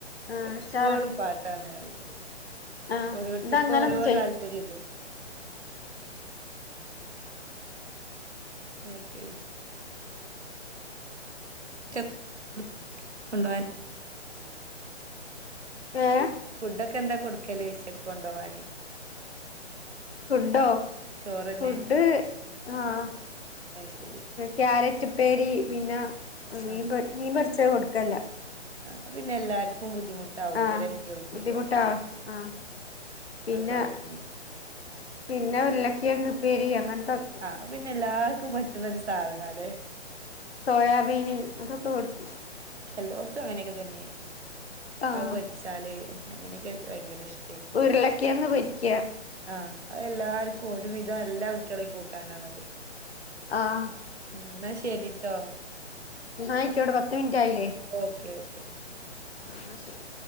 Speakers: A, on the left (about 60°); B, on the right (about 70°).
A: ആഹ്
B: എപ്പളും
A: ഉഷാറാ
B: പാട്ടാണ്റിണ്ട്.
A: ആഹ്
B: ഓരോരുത്തര്ക്ക്‌
A: ഇതങ്ങനൊന്നും
B: ഓരോ താല്പര്യല്ലേ.
A: ഉം
B: ന്നിട്ടേയ് <unintelligible> കൊണ്ടോവാൻ
A: ഏ
B: ഫുഡൊക്കെ എന്താ കൊടുക്കല് ചോയിച്ച കൊണ്ടോവാന്.
A: ഫുഡോ
B: ചോറന്നെ
A: ഫുഡ്‌ ആഹ്
B: അത് ശരി.
A: ക്യാരറ്റ്പ്പേരി പിന്നെ മീൻ
B: ആഹ്
A: മീൻപൊരിച്ചത് കൊട്ക്കൽല്ല.
B: ആഹ് അത് പിന്നെ എല്ലാർക്കും ബുദ്ധിമുട്ടാവും
A: ആഹ്
B: ചെല കുട്ടിൾക്കെ
A: ബുദ്ധിമുട്ടാ ആഹ് ആ പിന്നെ
B: പറയുന്നുണ്ടല്ലോ
A: പിന്നെ ഉർളകേങ്ങ്പ്പേരി അങ്ങന് ത്ത
B: ആ അത് പിന്നെ എല്ലാർക്കും പറ്റുന്നരു സാധനാലേ
A: സോയാബീന് അതൊക്കെ കൊടുക്കും.
B: എല്ലോട്ത്തും അങ്ങനെയൊക്കെ തന്നെ
A: ആഹ്
B: അത് പൊരിച്ചാല് അങ്ങനെയൊക്കെ ഭയങ്കര ഇഷ്
A: ഉരുളക്കിയങ് പൊരിക്ക
B: ആഹ് അത് എല്ലാർക്കും ഒരു വിധം എല്ലാ കുട്ടികളെയും കൂട്ടാനാണത്.
A: ആഹ്
B: ഉം ന്നാ ശരിട്ടോ.
A: ന്നാ അയിക്കോട്ടേ പത്ത് മിനിറ്റ് ആയിലേ.
B: Okay okay.
A: ആ ന്നാ ശരി.